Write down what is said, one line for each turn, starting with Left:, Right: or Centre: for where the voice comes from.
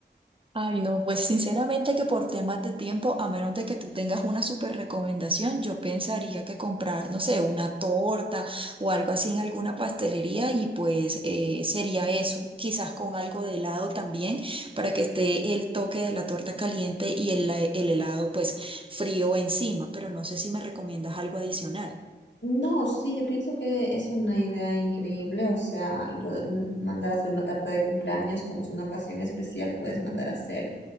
Right: Ay, no, pues sinceramente que por temas de tiempo, a menos de que tú tengas una súper recomendación, yo pensaría que comprar, no sé, una torta o algo así en alguna pastelería y pues eh, sería eso, quizás con algo de helado también, para que esté el toque de la torta caliente y el, el helado pues frío encima, pero no sé si me recomiendas algo adicional.
Left: No, sí, yo pienso que es una idea increíble, o sea, lo de un- mandar a hacer una tarta de cumpleaños, como es una ocasión especial, puedes mandar a hacer